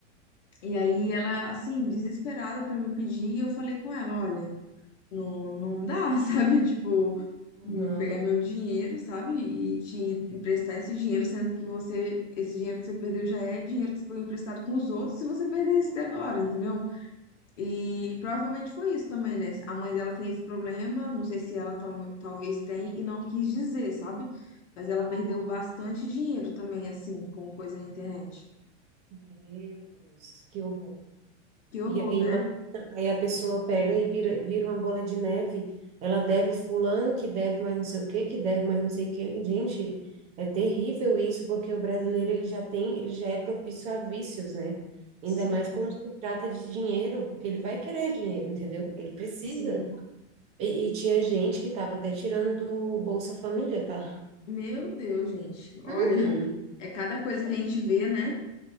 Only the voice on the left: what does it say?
E aí ela, assim, desesperada para me pedir, eu falei com ela, olha, não, não dá, <laughs> sabe? Tipo,
hum, pegar meu dinheiro, sabe? E te emprestar esse dinheiro, sendo que você, esse dinheiro que você perdeu já é dinheiro que você pegou emprestado com os outros, se você perder esse
agora, entendeu? E provavelmente foi isso também, né? A mãe dela tem esse problema, não sei se ela tam- talvez tem e não quis dizer, sabe? Mas ela
perdeu bastante dinheiro também, assim, com coisa na internet.
Que horror,
né?
Sim,
sim.
Meu Deus, gente. Olha,
<laughs> é cada coisa que a gente vê, né?